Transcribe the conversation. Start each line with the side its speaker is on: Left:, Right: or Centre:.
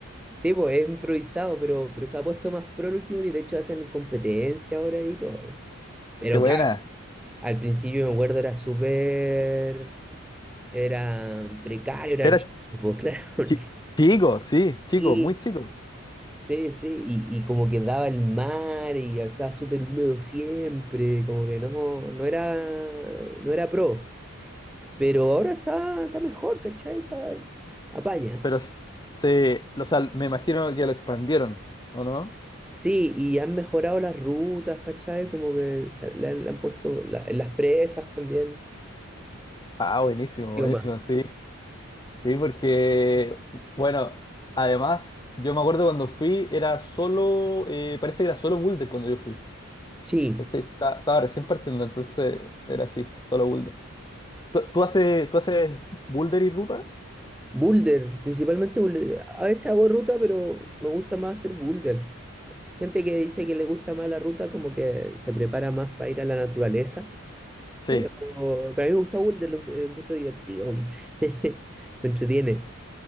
Centre: sí, pues es improvisado, pero, pero se ha puesto más pro el último día. De hecho, hacen competencia ahora y todo. Pero
Left: qué buena.
Centre: claro, al principio me acuerdo era súper, era precario, era
Left: Era
Centre: chiso, pues claro, <laughs> porque
Left: chi- chico, sí,
Centre: sí.
Left: chico, muy chico.
Centre: Sí, sí, y, y como que daba el mar y estaba súper húmedo siempre, como que no, no era, no era pro. Pero ahora está, está mejor, ¿cachai? Esa apaña.
Left: Pero s- se, o sea, me imagino que lo expandieron, ¿o no?
Centre: Sí, y han mejorado las rutas, ¿cachai? Como que se- le, han le han puesto la- en las presas también,
Left: Ah, buenísimo, buenísimo,
Centre: yo más.
Left: sí. Sí, porque, bueno, además, yo me acuerdo cuando fui, era solo, eh, parece que era solo Boulder cuando yo fui.
Centre: Sí,
Left: ¿Cachai? Esta- Estaba recién partiendo, entonces era así, solo Boulder. ¿Tú, tú haces, tú haces Boulder y ruta?
Centre: boulder, principalmente boulder. A veces hago ruta, pero me gusta más hacer boulder. Gente que dice que le gusta más la ruta, como que se prepara más para ir a la naturaleza.
Left: Sí.
Centre: Pero, pero a mí me gusta boulder, lo, lo encuentro divertido. <laughs> Me entretiene.